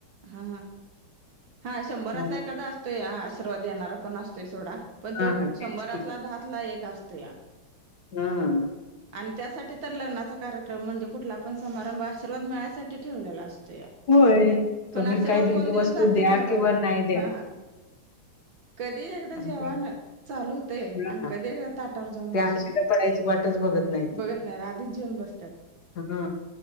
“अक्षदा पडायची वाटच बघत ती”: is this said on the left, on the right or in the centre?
Left